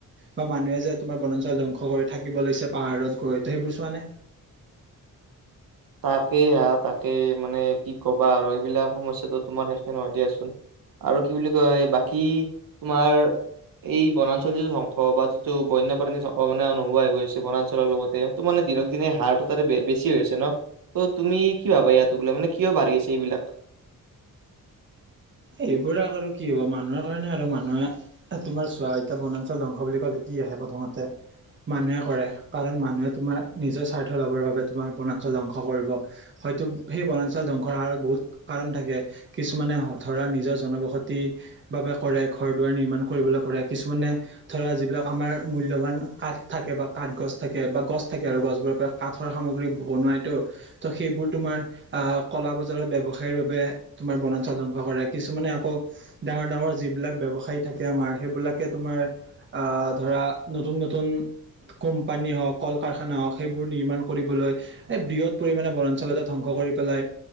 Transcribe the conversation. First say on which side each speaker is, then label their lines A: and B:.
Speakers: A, on the right (about 35°); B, on the right (about 70°).
A: বা মানুহে যে তোমাৰ বনাঞ্চল ধ্বংস কৰি থাকিব লৈছে পাহাৰত গৈ তো সেইবোৰ চোৱা
B: তাকেই হা তাকেই মানে কি ক'বা আৰু এইবিলাক সমস্যাতো তোমাৰ শেষে নহয় দিয়াচোন। আৰু কি বুলি কয় বাকী তোমাৰ এই বনাঞ্চলৰ যিটো ধ্বংস বা যিটো বন্যপ্ৰাণীৰ সং মানে নোহোৱা হৈ গৈছে বনাঞ্চলৰ লগতে ত মানে দিনক দিনে হাৰটো তাতে বেছি হৈছে ন? ত' তুমি কি ভাবা ইয়াক লৈ মানে কিয় বাঢ়ি আছে এইবিলাক?
A: এইবোৰ আৰু কি হ'ব মানুহৰ কাৰণে আৰু, মানুহে তোমাৰ চোৱা এতিয়া বনাঞ্চল ধ্বংস বুলি কলে কি আহে প্ৰথমতে মানুহে কৰে, কাৰণ মানুহে তোমাৰ নিজৰ স্বাৰ্থ লাভৰ বাবে তোমাৰ বনাঞ্চল ধংস কৰিব। হয়তো সেই বনাঞ্চল ধ্বংসৰ হাৰত বহুত কাৰণ থাকে কিছুমানে হয় ধৰা নিজৰ জনবসতি বাবে কৰে, ঘৰ দুৱাৰ নিৰ্মাণ কৰিবলৈ কৰে, কিছুমানে ধৰা যিবিলাক আমাৰ মূল্যবান কাঠ থাকে বা কাঠ গছ থাকে বা গছ থাকে আৰু গছবোৰৰ পৰা কাঠৰ সামগ্ৰী বনোৱাইতো, ত' সেইবোৰ তোমাৰ আ কলা বজাৰত ব্যৱসায়ৰ বাবে তুমাৰ বনাঞ্চল কৰে, কিছুমানে আকৌ ডাঙৰ ডাঙৰ যিবিলাক ব্যৱসায়ী থাকে আমাৰ সেইবিলাকে তোমাৰ আহ ধৰা নতুন নতুন কোম্পানী হওক কল কাৰখানা হওক সেইবোৰ নিৰ্মাণ কৰিবলৈ এই বৃহৎ পৰিমাণে বনাঞ্চল এটা ধ্বংস কৰি পেলাই